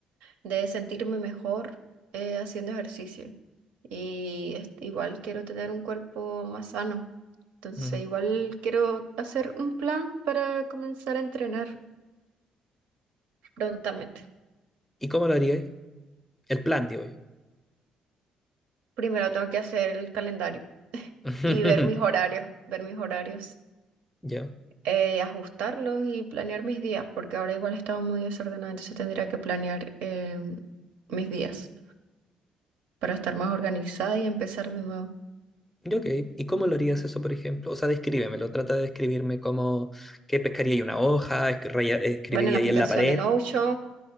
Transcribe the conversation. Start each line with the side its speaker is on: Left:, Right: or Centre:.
Right: de sentirme mejor eh, haciendo ejercicio. Y este, igual quiero tener un cuerpo más sano. Entonces,
Centre: Ujú.
Right: igual quiero hacer un plan para comenzar a entrenar prontamente.
Centre: ¿Y cómo lo harías? El plan, digo yo.
Right: Primero tengo que hacer el calendario
Centre: <laughs>
Right: y ver mis horarios, ver mis horarios,
Centre: Ya.
Right: eh, ajustarlos y planear mis días, porque ahora igual he estado muy desordenada, entonces tendría que planear em, mis días. para estar más organizada y empezar de nuevo.
Centre: Ya, Ok. ¿Y cómo lo harías eso, por ejemplo? O sea, descríbemelo. Trata de describirme como que pescaría ahí una hoja, es- raya- escribiría
Right: Bueno, en la aplicación
Centre: ahí en la pared.
Right: de Notion,